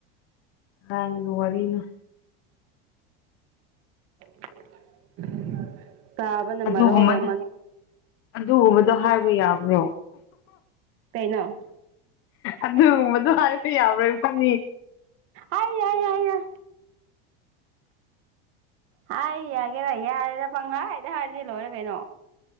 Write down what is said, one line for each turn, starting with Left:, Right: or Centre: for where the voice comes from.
Left: ꯍ ꯋꯥꯔꯤꯔꯤꯅ
Right: <inaudible> ꯇꯥꯕ ꯅꯝꯃꯣ
Left: ꯑꯗꯨꯒꯨꯝꯕꯗꯣ
Right: ꯑꯃ
Left: ꯑꯗꯨꯒꯨꯝꯕꯗꯣ ꯍꯥꯏꯕ ꯌꯥꯕ꯭ꯔꯣ
Right: ꯀꯩꯅꯣ
Left: ꯑꯗꯨꯒꯨꯝꯕꯗꯣ ꯍꯥꯏꯕ ꯌꯥꯕ꯭ꯔꯣꯏ ꯐꯅꯤ
Right: ꯑꯑ ꯍꯥꯏ ꯍꯥꯏꯏꯏ ꯍꯥꯏ ꯌꯥꯒꯦꯔ ꯌꯥꯔꯦꯔ ꯄꯪ ꯍꯥꯏꯥꯏꯗ ꯍꯥꯏꯔꯤꯗꯤ ꯂꯣꯏꯔ ꯀꯩꯅꯣ